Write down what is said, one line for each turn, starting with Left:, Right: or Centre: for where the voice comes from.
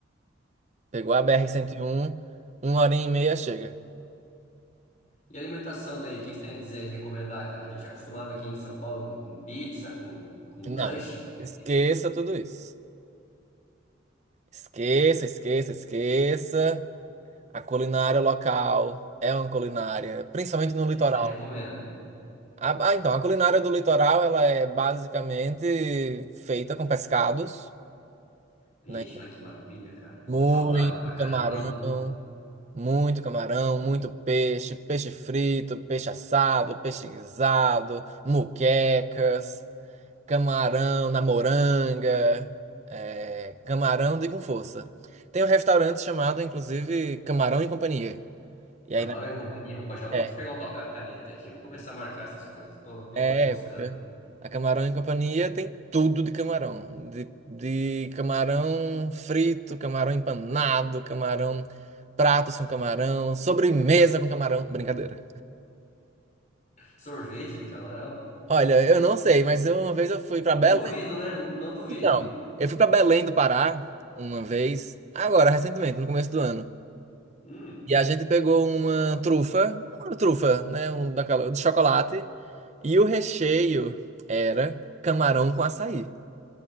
Right: Pegou a br um uma hora e meia chega.
Left: E alimentação daí, o que que você tem a dizer, recomendar, cara? A gente é acostumado aqui em São Paulo com, com pizza, com, com
Right: Não,
Left: lanche. O
Right: esqueça tudo isso. Esqueça, esqueça, esqueça. A culinária local é uma culinária, principalmente no litoral.
Left: que que você recomenda?
Right: A- Ah, então, a culinária do litoral, ela é basicamente feita com pescados,
Left: Peixe,
Right: né?
Left: ai que maravilha, cara.
Right: Muito
Left: Saudável pra caramba,
Right: camarão,
Left: não?
Right: muito camarão, muito peixe, peixe frito, peixe assado, peixe guisado, muquecas. Camarão na moranga. é, camarão de com força. Tem um restaurante chamado, inclusive, Camarão e Companhia. E
Left: Camarão
Right: aí, na
Left: e companhia. Opa, já, vou-
Right: é,
Left: deixa eu pegar um papel e caneta aqui. Vou começar a marcar essas coisas. Tô, tô
Right: é
Left: moscando.
Right: época, a Camarão e Companhia tem tudo de camarão. De, de camarão frito, camarão empanado, camarão, pratos com camarão, sobremesa com camarão. Brincadeira.
Left: Sorvete de camarão?
Right: Olha, eu não sei, mas eu- uma vez eu fui para Belém.
Left: Não duvido, né? Não duvide.
Right: Então, eu fui para Belém do Pará uma vez, agora, recentemente, no começo do ano.
Left: Hum,
Right: E a gente pegou uma trufa, uma trufa, né? Um daquela, de chocolate. E o recheio era camarão com açaí.